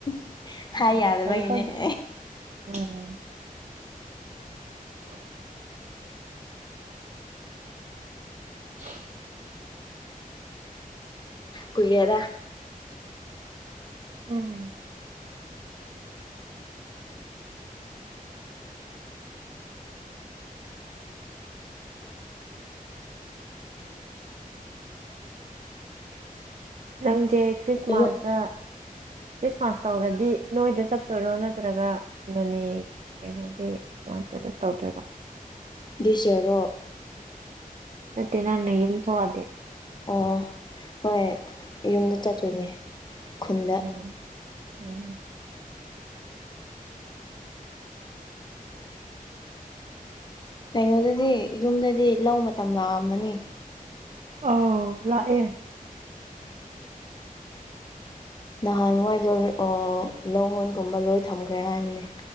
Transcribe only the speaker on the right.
ꯎꯝ
ꯐꯩ ꯐꯩ
ꯎꯝ <inaudible> <inaudible>
ꯎꯝ ꯅꯪꯖꯦ ꯈ꯭ꯔꯤꯁꯃꯥꯁꯇ
ꯈ꯭ꯔꯤꯁꯃꯥꯁ ꯇꯧꯔꯗꯤ ꯅꯣꯏꯗ ꯆꯠꯇꯣꯏꯔꯣ ꯅꯠꯇ꯭ꯔꯒ ꯅꯣꯅꯦ ꯀꯩꯅꯣꯒꯤꯃꯥꯏꯇꯣꯏꯔꯣ ꯇꯧꯗꯣꯏꯔꯣ
ꯅꯠꯇꯦ ꯅꯪꯅ ꯌꯨꯝ ꯊꯣꯛꯑꯗꯤ
ꯎꯝ ꯎꯝ
ꯑꯥ ꯂꯥꯛꯑꯦ